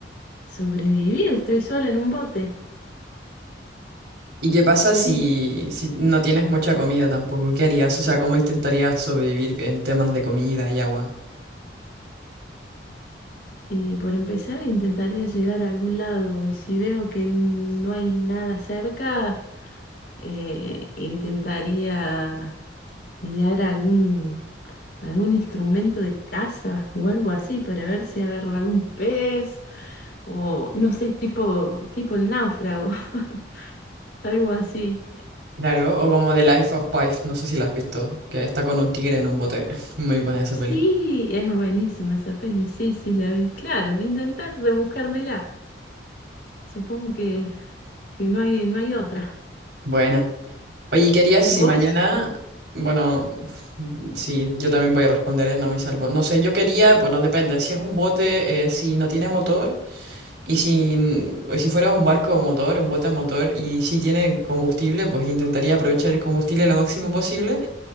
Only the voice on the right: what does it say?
¿Y qué pasa
si, si no tienes mucha comida tampoco? ¿Qué harías? O sea, ¿cómo intentarías sobrevivir en temas de comida y agua?
Claro, o como The Life of Pi, no sé si la has visto, que está con un tigre en un bote. <laughs> Muy buena esa
peli.
Buena. Oye, ¿y ¿qué harías si
mañana... Bueno, sí, yo también voy a responder, ¿eh? No me salvo. No sé, yo quería, bueno, depende, si es un bote, eh, si no tiene motor, y si, o si fuera un barco motor, un bote a motor, y si tiene combustible, pues intentaría aprovechar el combustible lo máximo posible.